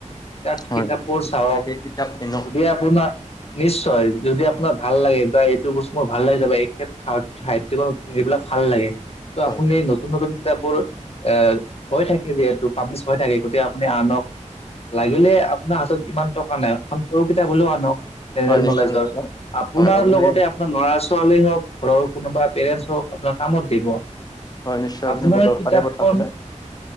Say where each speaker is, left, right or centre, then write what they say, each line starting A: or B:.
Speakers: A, on the left; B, on the left.
A: তাত
B: হয়
A: কিতাপবোৰ চাওক,
B: গতিকে কিতাপ কিনক
A: যদি আপ আপোনাৰ নিশ্চয়, যদি আপোনাৰ
B: উম,
A: ভাল লাগে বা এইটো বস্তু মোৰ ভাল লাগিছে বা এই এই সাহত্ সাহিত্যিকৰ সেইবিলাক ভাল লাগে। ত'
B: হয়
A: আপুনি নতুন নতুন কিতাপবোৰ- এ হয় থাকে যিহেতু পাব্লিছ হৈ থাকে গতিকে আপুনি আনক লাগিলে আপোনাৰ হাতত ইমান টকা নাই এখন সৰু কিতাপ হলেওঁ আনক। জেনেৰেল
B: হয়। নিশ্চয়,
A: নলেজৰ
B: নিশ্চয়।
A: আপোনাৰ
B: হয় আপুনি
A: লগতে আপোনাৰ লৰা-ছোৱালী হওঁক ঘৰৰ কোনোবা পেৰেন্টছ হওঁক আপোনাৰ কামত দিব।
B: হয় নিশ্চয় আপুনি
A: আপোনাৰ
B: বৰ দৰকাৰী
A: কিতাপখন
B: কথা ক'লে